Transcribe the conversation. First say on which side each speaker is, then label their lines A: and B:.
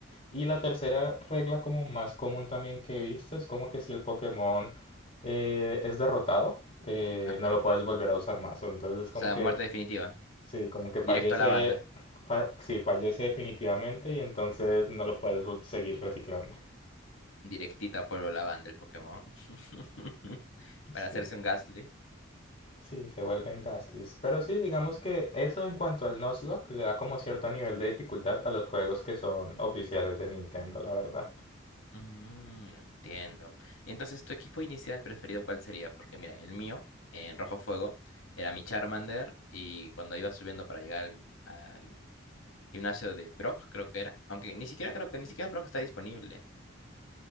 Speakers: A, on the left; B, on the left.
A: Y la tercera regla como más común también que he visto es como que si el Pokémon eh, es derrotado, eh,
B: ajá.
A: no lo puedes
B: O
A: volver a usar más. Entonces como
B: sea,
A: que
B: muerte definitiva.
A: sí, como que fallece,
B: Directo a la banda.
A: fa- sí, fallece definitivamente y entonces no lo puedes u- seguir reciclando.
B: Directita a la banda el Pokémon. <laughs> Para
A: Sí,
B: hacerse un Gastly.
A: sí, se vuelven Gastly's. Pero sí, digamos que eso en cuanto al Nuzlocke le da como cierto nivel de dificultad a los juegos que son oficiales de Nintendo, la verdad.
B: Mm, entiendo. Y entonces, ¿tu equipo inicial preferido cuál sería? Porque mira, el mío, en Rojo Fuego, era mi Charmander y cuando iba subiendo para llegar al, al gimnasio de Brock, creo que era, aunque ni siquiera creo que ni siquiera Brock está disponible.